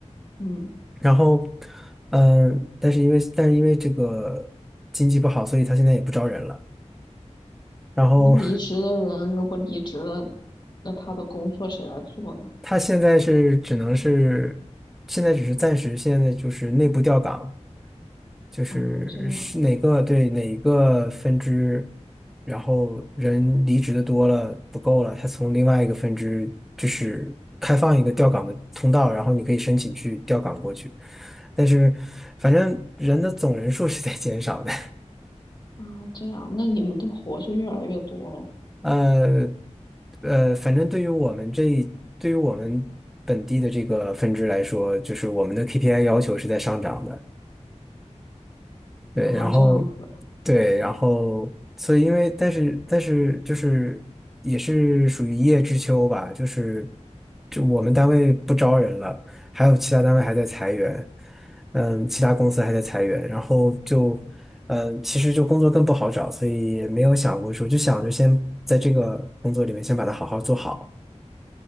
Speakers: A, on the left; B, in the centre.
A: 嗯，
B: 然后，嗯、但是因为但是因为这个经济不好，所以他现在也不招人了。然后
A: 那离职的人如果离职了，那他的工作谁来做呢？
B: 他现在是只能是，现在只是暂时，现在就是内部调岗，就是是哪个对哪个分支，
A: 嗯，这样
B: 然后人离职的多了不够了，他从另外一个分支就是开放一个调岗的通道，然后你可以申请去调岗过去，但是反正人的总人数是在减少的。
A: 啊，这样，那你们的活就越来越多了
B: 呃呃，反正对于我们这一对于我们本地的这个分支来说，就是我们的 KPI 要求是在上涨的。对，
A: 啊，
B: 然后
A: 这样子
B: 对，然后所以因为但是但是就是也是属于一叶知秋吧，就是就我们单位不招人了，还有其他单位还在裁员，嗯，其他公司还在裁员，然后就嗯，其实就工作更不好找，所以也没有想过说，就想着先在这个工作里面先把它好好做好。